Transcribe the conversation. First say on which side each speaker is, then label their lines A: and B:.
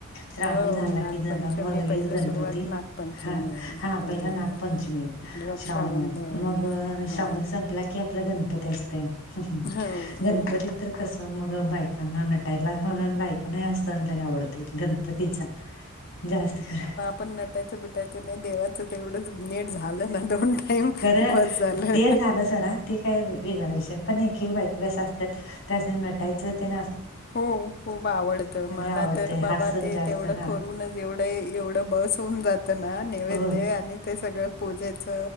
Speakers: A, on the left; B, on the left.
A: श्रावण
B: हो
A: झाला
B: नागपंचमी
A: कि झाला मग लगेच
B: पहिलं
A: गणपती.
B: सुरुवात नागपंचमी
A: हा हा
B: पहिले
A: पहिला नागपंचमी.
B: रक्षाबंधन
A: श्रावण महिन्यात. मग
B: हा
A: श्रावण संपला की आपला गणपती असतंय. ह्
B: हो
A: गणपतीत
B: हो
A: तर कस अस मग बायकांना नटायला म्हणून बायकांना हा सण लय आवडतो. गणपतीचा जास्त खरं.
B: पण नटायचं बिटायचं नाही देवाचं तेवढंच भे झालं नंतर टाईम
A: खरं
B: बस झालं.
A: ते सोडा ते काय वेगळा विषय पण एक एक बायका कस असत्यात त्यांना नटायचं तेन
B: हो खूप आवडत. मला
A: आवडतंय
B: तर बाबा
A: हा सण
B: ते
A: जास्त
B: तेवढं
A: हा
B: करूनच एवढ एवढ बस होउन जात ना नैवेद्य
A: होय
B: आणि ते सगळ पूजे च